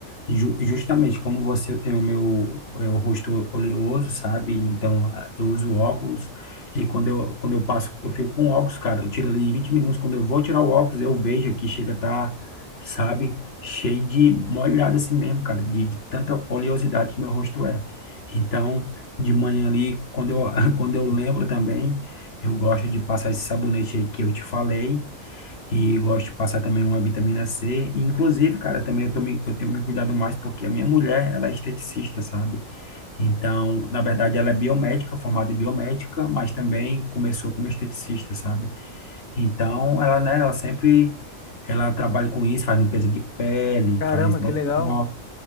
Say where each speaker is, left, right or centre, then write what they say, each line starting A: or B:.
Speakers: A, on the left; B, on the left.
A: Ju- Justamente, como você, eu tenho o meu é, o rosto oleoso, sabe? Então, a- eu uso óculos e quando eu, quando eu passo, eu fico com óculos, cara. Eu tiro ali 20 minutos. Quando eu vou tirar o óculos, eu vejo aqui, chega a tá, sabe? Cheio de molhado assim mesmo, cara, de, de tanta oleosidade que meu rosto é. Então, de manhã ali, quando eu, <laughs> quando eu lembro também, eu gosto de passar esse sabonete aí que eu te falei e gosto de passar também uma vitamina C. E, inclusive, cara, também eu, tô me, eu tenho me cuidado mais porque a minha mulher, ela é esteticista, sabe? Então, na verdade, ela é biomédica, formada em biomédica, mas também começou como esteticista, sabe? Então, ela, né, ela sempre, ela trabalha com isso, faz limpeza de pele,
B: Caramba,
A: faz botox,
B: que legal!